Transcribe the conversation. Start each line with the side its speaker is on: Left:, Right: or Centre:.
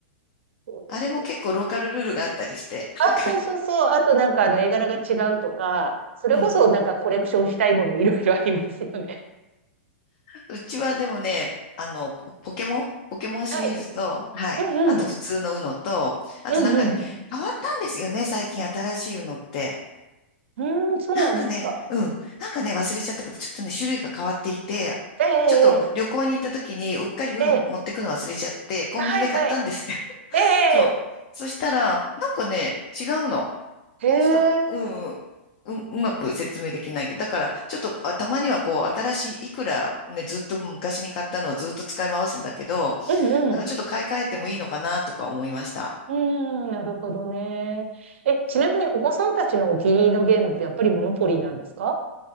Right: そうですよ。
Left: あれも結構ローカルルールがあったりして、
Right: あ、
Left: なんか、
Right: そうそうそう。あとなんかあの絵柄が違うとか、それこそなんかコレクションしたいものいろいろありますよね。
Left: うんうちはでもね、あの、ポポケモン、ポケモンシリーズと、
Right: はい。
Left: はい。
Right: うんうん。
Left: あと普通の UNO と、あとなんかね、
Right: うんうんう
Left: 変わったんですよね、最近新しい UNO って。
Right: ん。うーん、そうなんですか。
Left: なんかね、うん。なんかね、忘れちゃったけど、ちょっとね、種類が変わっていて、
Right: えええ
Left: ちょっと旅行に行った時に、うっかり UNO
Right: えええ。
Left: 持ってくの忘れちゃって、コンビニで買ったんですよ。
Right: はいはい。
Left: <laughs>
Right: え
Left: そう。
Right: え
Left: そしたら、なんかね、違うの。
Right: ええ。へ
Left: ちょっと、うん、
Right: え。
Left: うんう、うまく説明できないけど、だから、ちょっと、あ、たまにはこう、新しい、いくらね、ずっと昔に買ったのをずっと使い回すんだけど、
Right: うんうん。
Left: なんかちょっと買い替えてもいいのかなとか思いました。
Right: うーん、なるほどね。え、ちなみにお子さんたちのお気に入りのゲームってやっぱりモノポリーなんですか